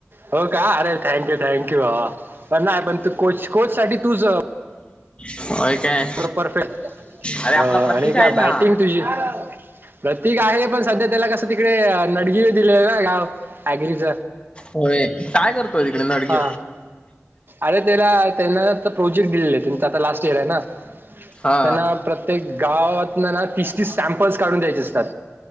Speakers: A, on the right (about 45°); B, on the left (about 25°).
A: होका अरे थँक्यू थँक्यू भावा प नाही पण तू कोच कोच साठी तच अं
B: <inaudible> होय काय.
A: प्रपरफेक्ट
B: अरे आपला
A: हं
B: प्रतीक
A: आणि काय
B: आहे ना
A: बॅटिंग तुझी. प्रतीक आहे पण सध्या त्याला कसं तिकडे नडगि दिलय ना गाव ॲग्रीच.
B: होय काय करतोय तिकडे नडगी
A: हा अरे त्याला त्यांन आता प्रोजेक्ट दिलेलय त्यांचं आता लास्ट इयर आहे ना.
B: हा
A: त्यांना प्रत्येक गावात ना तीस तीस सॅम्पल्स काढून द्यायचे असतात.